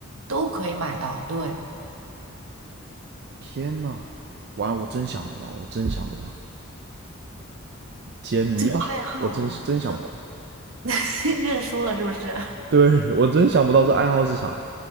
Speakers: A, on the right (about 75°); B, on the right (about 55°).
A: 都可以买到。对，
B: 天呐，完了，我真想不到，我真想不到，解谜吧，
A: 这个爱好，
B: 我真真想不到。
A: 这个 <laughs> 认输了是不是？
B: 对我真想不到这爱好是啥，